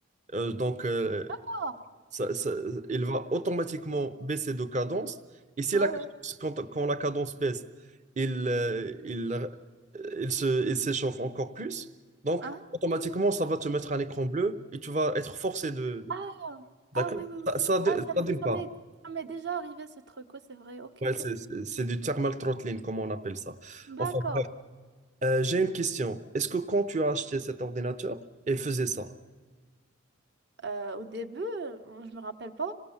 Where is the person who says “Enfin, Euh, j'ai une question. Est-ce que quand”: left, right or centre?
Right